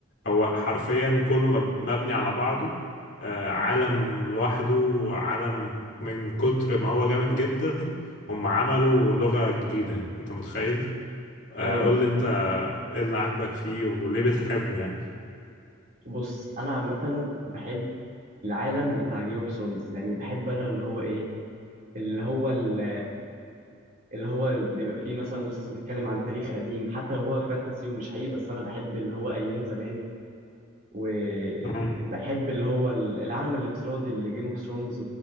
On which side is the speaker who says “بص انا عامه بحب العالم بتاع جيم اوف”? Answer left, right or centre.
Right